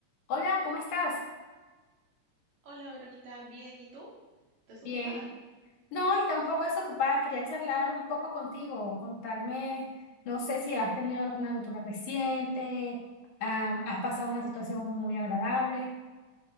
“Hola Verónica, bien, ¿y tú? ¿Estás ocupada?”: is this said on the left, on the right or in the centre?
Right